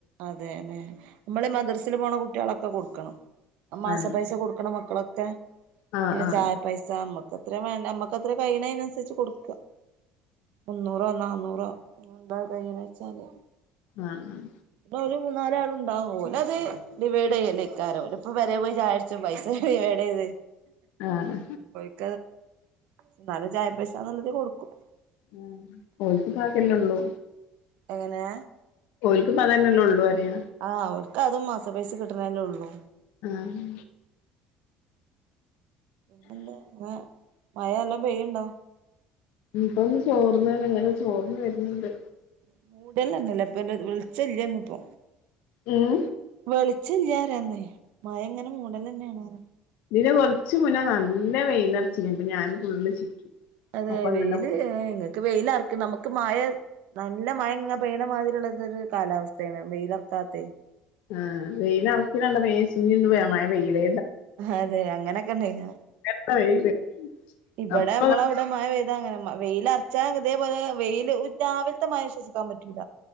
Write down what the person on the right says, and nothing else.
അതേല്ലേ നമ്മള് ഈ മദ്രസേല് പോണ കുട്ട്യാളോക്കെ കൊടുക്കണം മാസ
പൈസ കൊടു <unintelligible> മക്കളൊക്കെ
ഇങ്ങനെ
ചായ പൈസ് ചാ നമ്മക്കത്ര വേണ്ട നമ്മക്ക അത്ര കഴണ് അതിനനുസരിച്ച് കൊടുക്കുക. മുന്നൂറോ നാന്നൂറോ എന്താ കഴിയാണെ വെച്ചാല്
ഇപ്പൊ ഒരു മൂന്നാല് ആളുണ്ടാവും ഓല് അത് ഡിവൈഡ് ചെയ്യല്ല് ഇക്കാരാ പോലും ഇപ്പൊ പെരേ പോയി ചായ കുടിച്ചു പൈസ ഡിവൈഡ് ചെയ്ത്
<unintelligible> എന്നാലും ചായ പൈസ ഒള്ള ഇതീൽ കൊടുക്കും.
എങ്ങനെ.
ആഹ് ഓൽക്ക് അതും മാസ പൈസ കിട്ട്ണ് അല്ലെ ഒള്ളൂ.
പിന്നെ മഴ ന്നല്ലാം പെയ്യുണ്ടോ?
<unintelligible> പ്പ വെളിച്ചല്യ ഇന്ന് ഇപ്പൊ
വെളിച്ചം ഇല്ലാ പറയുന്നു മഴ ഇങ്ങനെ മൂടല് തഞ്ഞേണ് പറ
അതെ
വെയില്
ഏഹ് നിങ്ങക്ക് വെയില് ആർക്കും നമ്മക്ക് മഴെ നല്ല മയ പെയ്യ്ണമാതിരി ഉള്ളതൊരു കാലാവസ്ഥയാണ് വെയിലർക്കാത്തെ.
അതെ അങ്ങനെക്കെ ഉണ്ടായിനോ
ഇവടെ
അമ്മള അവ് <unintelligible> മായ പെയ്ത അങ്ങനെ വെയിൽ അറച്ചാ ഇതേപോലെ വെയില് ഉ രാവിലത്തെ മഴ വിശ്വസിക്കാൻ പറ്റൂല.